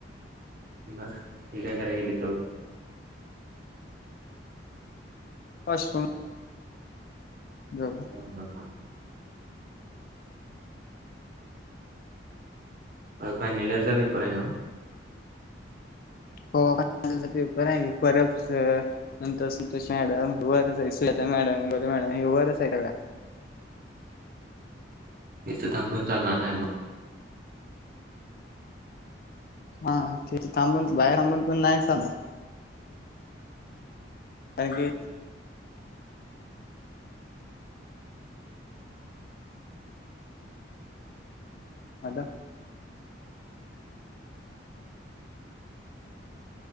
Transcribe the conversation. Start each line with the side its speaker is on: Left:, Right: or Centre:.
Right: बरं ती कायं करायली
Left: <unintelligible> हो
Right: हं हां हां फांयनल इयरचां पेपर आहे न्हवं
Left: हो फायनल इयंर पेपर आहे की परतं नंतर Santosh madam <unintelligible> Sujata madam Gole madam हे वरच आहे का काय
Right: इथं थबून चालणार नाहीमग.
Left: हा तेच थांबून बाहेर थांबून पण नाही चालणार. <unintelligible> आलं.